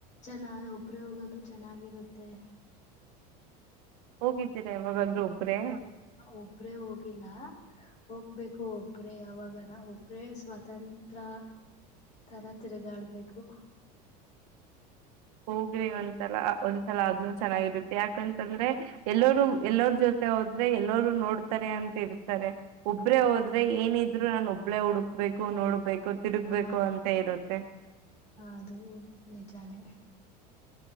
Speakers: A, on the left; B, on the right.
A: ಚೆನ್ನ ಒಬ್ರೇ ಹೋಗೋದು ಚೆನ್ನಾಗಿರತ್ತೆ ಂತೆ
B: ಹೋಗಿದ್ದೀರಾ ಯವಾಗಂದ್ರೆ ಒಬ್ಬ್ರೆ
A: ಒಬ್ರೇ ಹೋಗಿಲ್ಲ ಹೋಗ್ಬೇಕು ಒಬ್ರ ಯಾವಾಗ ನ ಒಬ್ರೇ ಸ್ ತಂತ್ರ ತರ ತಿರುಗಾಡ್ಬೇಕು
B: ಹೋಗ್ರಿ ಒಂದ್ಸಲ ಒಂದ್ಸಲ ಅದ್ನುೂ ಚೆನ್ನಾಗಿರುತ್ತೆ ಯಾಕಂತಂದ್ರೆ ಎಲ್ಲರು ಎಲ್ಲರ ಜೊತೆ ಮೆ ಹೋದ್ರೆ ಎಲ್ಲರೂ ನೋಡ್ತಾರೆ ಅಂತ ಇರ್ತಾರೆ ಒಬ್ಬ್ರೇ ಹೋದ್ರೆ ಏನಿದ್ರು ನಾನು ಒಬ್ಳೇ ಹುಡುಕ್ ಬು ನೋಡ್ಬೇಕು ತಿರುಗ್ಬೇಕು
A: ಹಾ
B: ಅಂತ ಇರುತ್ತೆ
A: ಅದು ನಿಜಾನೇ